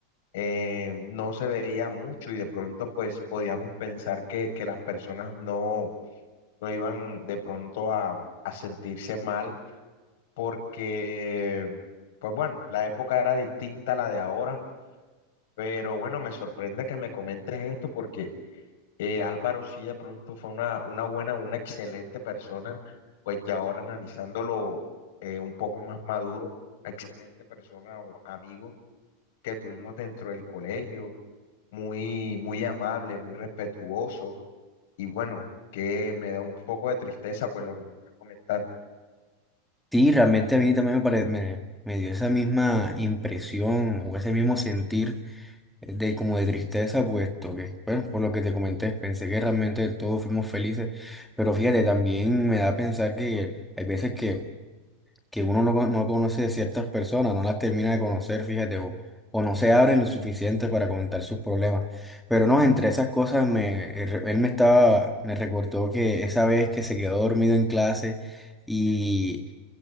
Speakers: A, on the left; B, in the centre.
A: eh, no se veía mucho y de pronto pues podíamos pensar que, que las personas no, no iban de pronto a, a sentirse mal porque pues bueno, la época era distinta a la de ahora, pero bueno, me sorprende que me comentes esto porque eh, Álvaro sí de pronto fue una, una buena, una excelente persona, pues ya ahora analizándolo eh, un poco más maduro, excelente persona o amigo que tuvimos dentro del colegio muy, muy amable, muy respetuoso y bueno, que me da un poco de tristeza pues lo que me estás comentando.
B: Sí, realmente a mí también me, pare- me, me dio esa misma impresión o ese mismo sentir eh, de como de tristeza, puesto que, bueno, por lo que te comenté, pensé que realmente todos fuimos felices, pero fíjate, también me da a pensar que hay veces que, que uno no, cono- no conoce ciertas personas, no las termina de conocer, fíjate, o, o no se abren lo suficiente para comentar sus problemas. Pero no, entre esas cosas, me, él él me estaba, me recordó que esa vez que se quedó dormido en clase y...